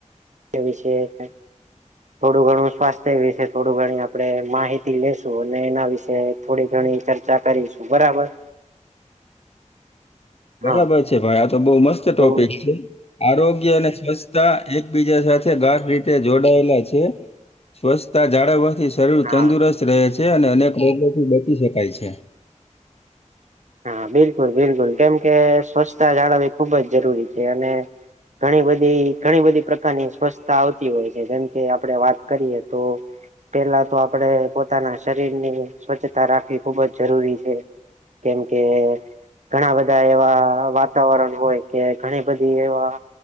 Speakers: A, on the right (about 65°); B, on the left (about 50°).
A: એ વિષય છે. થોડું ઘણું સ્વાસ્થ્ય વિશે થોડું ઘણી આપડણે માહિતી લેશું અને એના વિશેે થોડી ઘણી ચર્ચા કરીશું બરાબર.
B: બરાબર
A: હા
B: છે ભાઈ આ તો બહુ મસ્ત ટોપિક
A: તો
B: છે આરોગ્ય અને સ્વચ્છતા એકબીજા સાથે ગાઢ રીતે જોડાયેલા છે સ્વચ્છતા જાળવવાથી શરીર
A: હા
B: તંદુરસ્ત રહે છે. તે અનેક રોગોથી બચી શકાય છે.
A: હા બિલકુલ બિલકુલ કેમ કે સ્વચ્છતા જાળવવી ખુબ જ જરૂરી છે અને ઘણી બધી ઘણી બધી પ્રકારની સ્વસ્થતા આવતી હોય છે જેમકે આપડે વાત કરીએ તો પેલા તો આપણેે પોતાના શરીર ની સ્વચ્છતા રાખવી ખુબ જ જરૂરી છે. કેમ કે. ઘણા બધા એવા વાતાવરણ હોય કે ઘણી બધી એવા